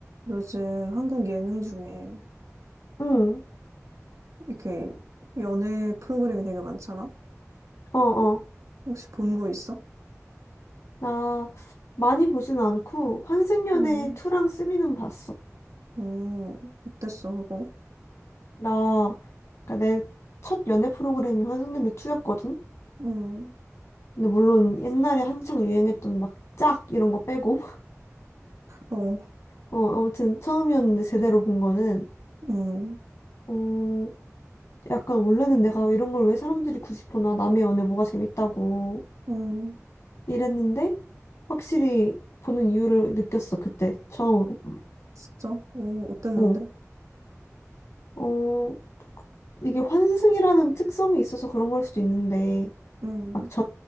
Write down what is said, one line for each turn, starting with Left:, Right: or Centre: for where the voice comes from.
Right: 요즘 한국 예능 중에
Left: 응,
Right: 이렇게 연애 프로그램이 되게 많잖아?
Left: 어, 어.
Right: 혹시 본 거 있어?
Left: 나 많이 보진 않고 환생연애
Right: 응,
Left: 2랑 3는 봤어.
Right: 응, 어땠어, 그거?
Left: 나, 그니까 내 첫 연애 프로그램이 환생연애 2였거든?
Right: 응,
Left: 근데 물론 옛날에 한창 유행했던 막 짝 이런 거 빼고. <laughs>
Right: 어,
Left: 어, 아무튼 처음이었는데 제대로 본 거는,
Right: 응,
Left: 어, 약간 원래는 내가 이런 걸 왜 사람들이 굳이 보나 남의 연애 뭐가 재밌다고
Right: 응,
Left: 이랬는데 확실히 보는 이유를 느꼈어, 그때 처음으로.
Right: 진짜? 어, 어땠는데?
Left: 어. 어, 이게 환승이라는 특성이 있어서 그런 걸 수도 있는데,
Right: 응,
Left: 막 전